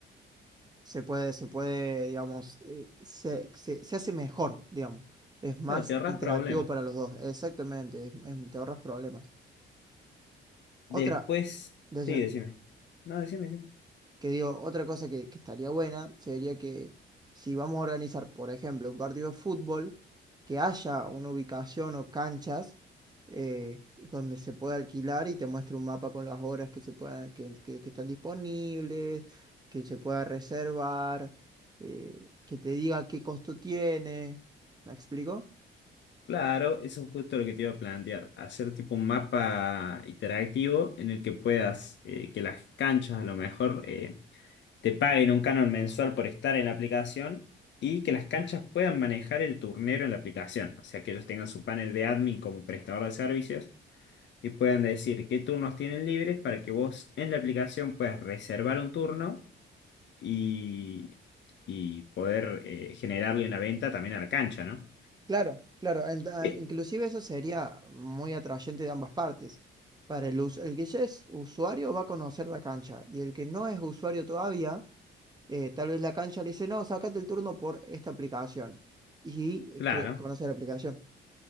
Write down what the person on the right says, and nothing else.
se puede, se puede, digamos, eh, se, se- se hace mejor, digamos. Es más
interactivo
para los dos. Exactamente, es- es- te ahorras problemas. Otra,
decime.
Que digo, otra cosa que, que estaría buena sería que si vamos a organizar, por ejemplo, un partido de fútbol, que haya una ubicación o canchas eh, donde se pueda alquilar y te muestre un mapa con las horas que se puedan, que, que- que están disponibles, que se pueda reservar, eh, que te diga qué costo tiene. ¿Me explico?
Claro, claro. en- ah,
Inclusive eso sería muy atrayente de ambas partes. Para el, us- el que ya es usuario va a conocer la cancha y el que no es usuario todavía, eh, tal vez la cancha le dice, no, sácate el turno por esta aplicación y eh,
cre- conoce la aplicación.